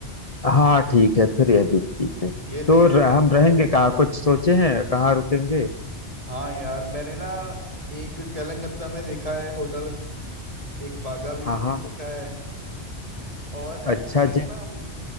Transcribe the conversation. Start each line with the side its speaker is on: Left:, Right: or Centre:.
Left: हाँ ठीक है फिर यह भी ठीक है
Right: ये सही
Left: तो
Right: रहेगा
Left: र- हम रहेंगे कहाँ कुछ सोचे हैं कहाँ रुकेंगे
Right: हाँ यार मैंने ना एक कलंगत्ता में देखा है होटल एक बागा बीच
Left: हाँ
Right: में
Left: हाँ
Right: भी देखा है और ऐसा
Left: अच्छा
Right: करेंगे
Left: जी
Right: ना हम